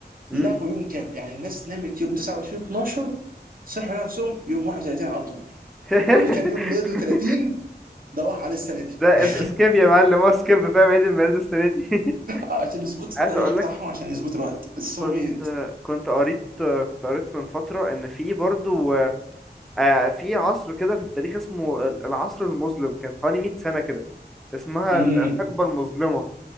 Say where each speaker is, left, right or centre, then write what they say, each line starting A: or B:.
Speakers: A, in the centre; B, on the right.
A: امم
B: لغوا يوم كامل يعني الناس نامت يوم 29 12 صحوا نفسهم يوم 31 على طول
A: <laughs>
B: واللي كان يوم ميلاده 30 ده راح عليه السنه دي
A: ده
B: <laughs>
A: اس سكيب يا معلم هو سكيب فاهم عيد الميلاد السنه دي <laughs>
B: عشان يظبطوا
A: عايز
B: التاريخ
A: اقول
B: بتاعهم
A: لك
B: عشان يظبطوا الوقت السوفيت
A: كنت كنت قريت كنت قريت من فتره ان في برضو آه، في عصر كده في التاريخ اسمه العصر المظلم كان حوالي 100 سنه كده اسمها
B: امم
A: الحقبه المظلمه